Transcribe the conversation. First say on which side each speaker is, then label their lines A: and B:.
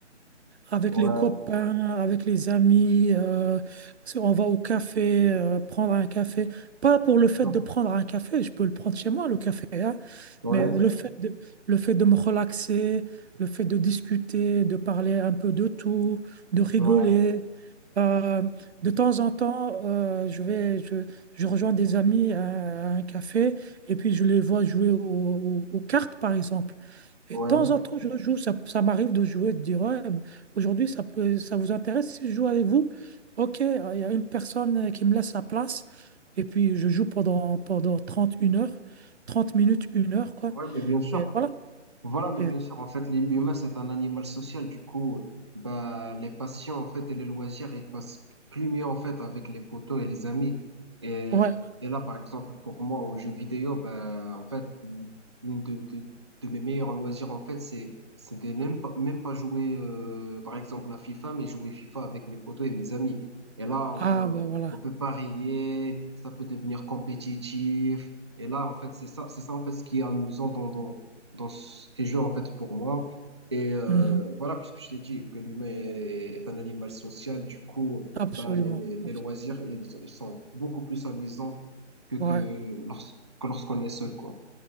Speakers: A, on the right (about 60°); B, on the right (about 25°).
A: avec
B: ouais,
A: les copains, avec les amis. euh, si on va au café, euh, prendre un café. Pas pour le fait
B: non,
A: de prendre un café, je peux le prendre chez moi, le café, hein,
B: ouais,
A: mais le fait de, le fait de me relaxer, le fait de discuter, de parler un peu de tout, de rigoler.
B: ouais,
A: Euh, de temps en temps, euh, je vais, je, je rejoins des amis à, à un café et puis je les vois jouer au- au- aux cartes, par exemple. Et
B: ouais,
A: de temps en temps, je joue, ça, ça m'arrive de jouer, de dire, ouais, Aujourd'hui, ça peut, ça vous intéresse si je joue avec vous? Ok, euh, il y a une personne euh, qui me laisse sa place et puis je joue pendant, pendant 30 une heure, 30 minutes, une heure, quoi.
B: ouais, mais bien sûr.
A: Et voilà.
B: Voilà, mais
A: Et-
B: bien sûr, en fait, l'humain, c'est un animal social. Du coup, bah, les passions, en fait, et les loisirs, ils passent plus mieux, en fait, avec les potos et les amis. Et,
A: ouais,
B: et là, par exemple, pour moi, aux jeux vidéo, bah, en fait, l'une de, de, de mes meilleurs loisirs, en fait, c'est, c'est de même pas, même pas jouer, euh, par exemple, à FIFA, mais jouer FIFA avec mes potos et mes amis. Et là,
A: ah
B: on peut,
A: bah voilà.
B: on peut parier, ça peut devenir compétitif. Et là, en fait, c'est ça, c'est ça, en fait, ce qui est amusant dans, dans dans ces jeux, en fait, pour moi. Et euh,
A: Mhm.
B: voilà, puisque je t'ai dit que l'humain est, est un animal social, du coup,
A: Absolument.
B: bah, les, les, les
A: Abs-
B: loisirs, ils, ils sont beaucoup plus amusants que, que
A: Ouais,
B: lorsque- que lorsqu'on est seul, quoi.